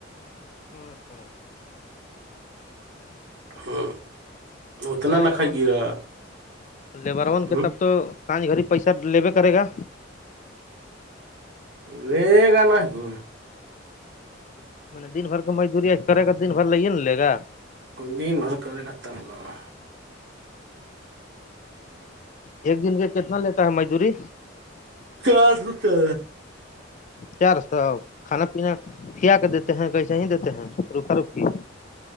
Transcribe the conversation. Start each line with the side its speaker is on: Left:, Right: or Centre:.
Left: ہاں ہاں
Right: لے اتنا
Left: تب تو
Right: نہ
Left: لیبر
Right: کھائیے
Left: وون کے
Right: گا
Left: لیبر وون
Right: ہ
Left: کے تب تو گڑی پیسہ لیوے کرے گا
Right: لے گان کہ
Left: منے دن بھر کو مزدوری ای کرے گا دن بھر لے ہیا لے گا
Right: دن بھر کرے کرتا ہے
Left: ایک دن کے کتنا لیتا ہے مزدوری
Right: کیا ستے
Left: چار سو آ کھانا پینا کھیا کے دیتے ہیں کہسے ہی دیتے ہیں روکھا روکی